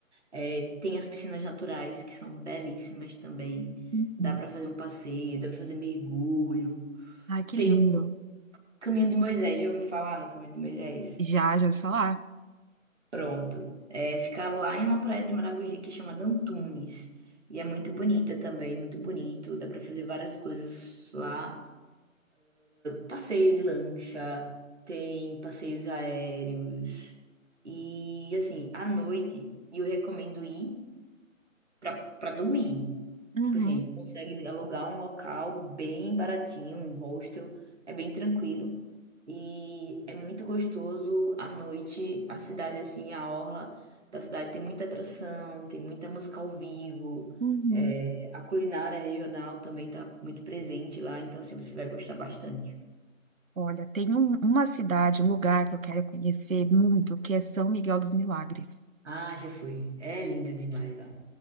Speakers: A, on the right (about 55°); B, on the right (about 70°).
A: É, tem as piscinas naturais, que são belíssimas também.
B: Uhum.
A: Dá pra fazer um passeio, dá pra fazer mergulho.
B: Ai, que
A: Tem
B: lindo.
A: o Caminho de Moisés, já ouviu falar no Caminho de Moisés?
B: Já, já ouvi falar?
A: Pronto. É, fica lá na praia de Maragogi, que é chamada Antunes. E é muito bonita também, muito bonito. Dá pra fazer várias coisas lá. passeio de lancha, tem passeios aéreos. E assim, à noite eu recomendo ir pra, pra dormir.
B: Uhum,
A: Tipo assim, a gente consegue alugar um local bem baratinho, um hostel, é bem tranquilo. E é muito gostoso à noite, a cidade assim, a orla da cidade tem muita atração, tem muita música ao vivo.
B: uhum.
A: é, a culinária regional também está muito presente lá, então assim, você vai gostar bastante.
B: Olha, tem um- uma cidade, um lugar que eu quero conhecer muito, que é São Miguel dos Milagres.
A: Ah, já fui. É lindo demais lá.